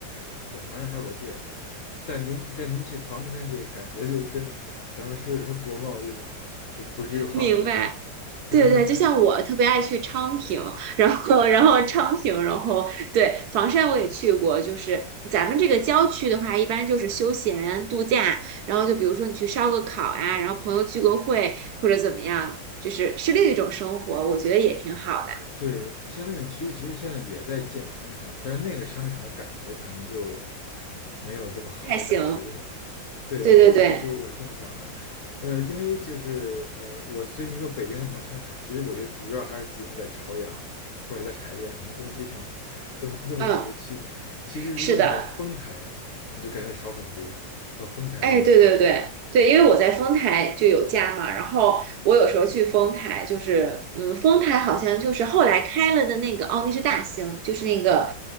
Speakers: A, on the left; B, on the right.
A: 在在房山还有个地儿，但您但您去房山这感觉就跟咱们说什么国贸这个就不是一个画风了。
B: 明白。
A: <laughs>
B: 对对，就像我特别爱去昌平，然后然后昌平，然后对房山我也去过，就是咱们这个郊区的话，一般就是休闲度假，然后就比如说你去烧个烤啊，然后朋友聚个会或者怎么样，就是是另一种生活，我觉得也挺好的，
A: 对，像那种区其实现在也在建商场，但是那个商场的感觉可能就没有这么好的感觉了。
B: 还行。
A: 对，
B: 对对对，
A: 我我就我是这么想的，呃，因为就是呃，我所以你说北京那么多商场，其实我觉得主要还是集中在朝阳或者在海淀，可能东西城这么这么几个区。
B: 嗯，
A: 其实如果你到丰台，
B: 是的。
A: 你就感觉少很多。到丰台这种区，
B: 哎，对对对对，因为我在丰台就有家嘛，然后我有时候去丰台，就是嗯，丰台好像就是后来开了的那个，哦，那是大兴，就是那个